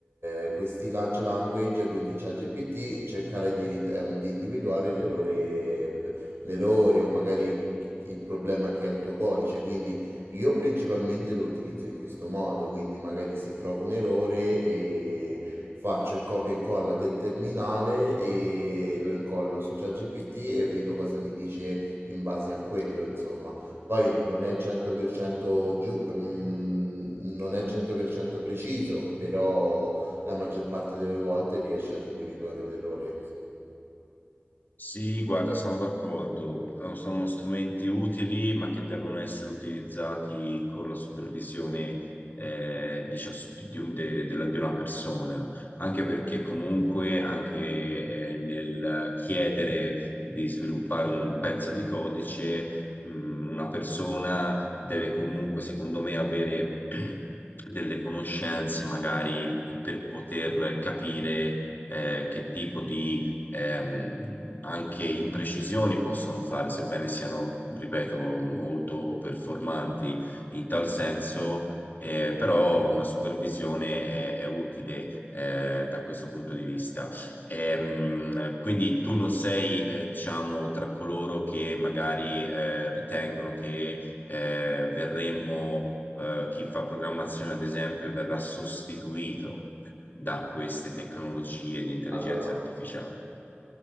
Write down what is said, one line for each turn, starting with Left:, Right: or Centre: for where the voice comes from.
Right: eh, questi large language, quindi ChatGPT, cercare di, rit- ehm, di individuare l'errore, l'errore o magari chi- il problema che ha il tuo codice, quindi io principalmente lo utilizzo in questo modo, quindi magari se trovo un errore e faccio il copia e incolla del terminale e lo incollo su ChatGPT e vedo cosa mi dice in base a quello, insomma. Poi non è 100% giù, mm, non è 100% preciso, però la maggior parte delle volte riesce ad individuare l'errore.
Left: Sì, guarda, sono d'accordo. Eh, Sono strumenti utili, ma che devono essere utilizzati con la supervisione eh, di, cias- di- di un- de- della- di una persona, anche perché comunque anche eh, nel chiedere di sviluppare un pezzo di codice, mh, una persona deve comunque, secondo me, avere <clears throat> delle conoscenze magari per poter capire eh, che tipo di ehm, anche imprecisioni possono fare, sebbene siano, ripeto, molto performanti in tal senso, eh, però una supervisione è, è utile eh, da questo punto di vista. Ehm, quindi tu non sei, eh, diciamo, tra coloro che magari eh, ritengono che eh, verremmo, eh, chi fa programmazione, ad esempio, verrà sostituito da queste tecnologie di intelligenza
Right: Allora,
Left: artificiale.